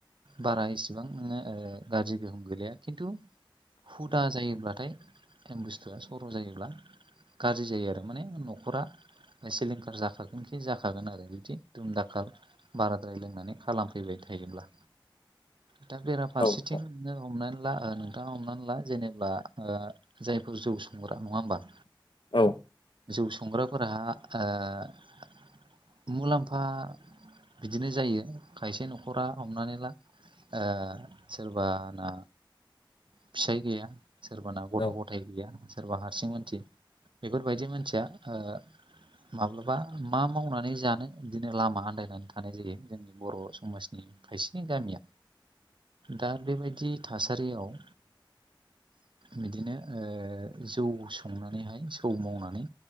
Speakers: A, on the right; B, on the left.
A: बारा एसेबां नोङो ओ गाज्रि गोहोम गोलैया खिन्थु हुदा जायोब्लाथाय बुस्थुआ सर' जायोब्ला गाज्रि जायो आरो माने न'खरा सिलिंखार जाखागोनखि जाखागोन आरो बिदि दुमदाखाल बाराद्राय लोंनानै खालामफैबाय थायोब्ला
B: <inaudible>
A: दा बेराफारसेथिं
B: औ
A: नोङो हमनानै ला ओ नोंथाङा हमनानै ला जेनेब्ला ओ जायफोर जौ संग्रा नङा होमबा?
B: औ।
A: जौ संग्राफोरहा ओ मुलाम्फा बिदिनो जायो। खायसे न'खरा हमनानै ला ओ सोरबाना फिसाय गैया सोरबाना गथ'
B: औ
A: गथाय गैया सोरबा हारसिं मानसि बेफोर बायदि मानसिया ओ माब्लाबा मा मावनानै जानो बिदिनो लामा आन्दायनानै थानाय जायो। जों बर' समाजनि खायसेनि गामिया दा बे बायदि थासारियाव ओ बिदिनो ओ जौ संनानैहाय जौ मावनानै